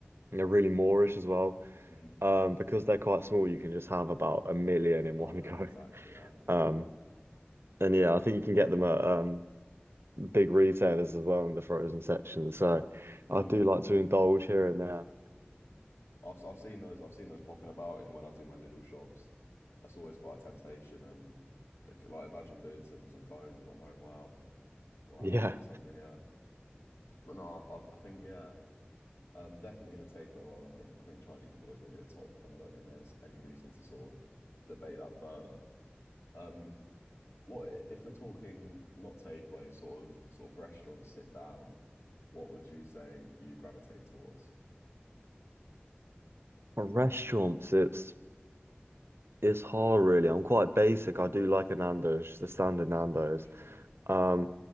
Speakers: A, on the right; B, on the left.
A: they're really Moorish as well.
B: mm.
A: Um, because they're quite small, you can just have about a million in
B: Oh
A: one
B: no,
A: <laughs> go.
B: exactly. Yeah, yeah.
A: Um, and yeah, I think you can get them at um, big retailers as well in the frozen section. So
B: Mm.
A: I do like to indulge here and there.
B: I've I've seen those. I've seen those popping about, and when I do my little shops, that's always quite a temptation. Um, like, like imagine doing some some guys at home. Wow, wow,
A: Yeah,
B: that would be something. Yeah, but no, I've, I I think yeah. Um, definitely in the takeaway world, I think I think Chinese is always going to be at the top, and I don't think there's any reason to sort of debate that further. Um, what if we're talking not takeaway, sort of sort of restaurant sit down? What would you say you gravitate towards?
A: for restaurants, it's it's hard really. I'm quite basic. I do like a Nando's, the standard
B: Mm,
A: Nando's.
B: true.
A: Um,